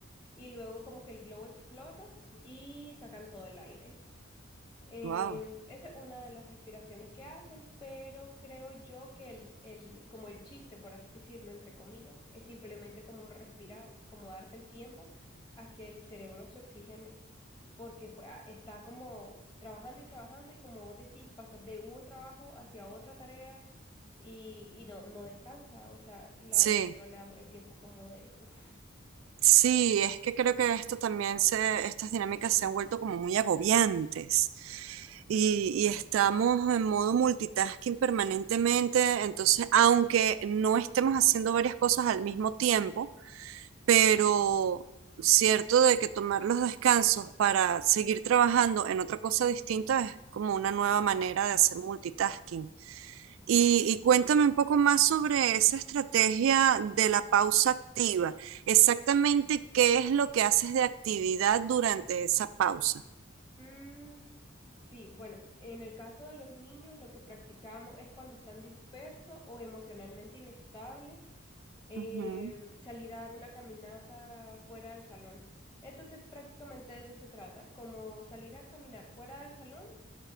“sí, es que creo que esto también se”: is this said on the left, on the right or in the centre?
Right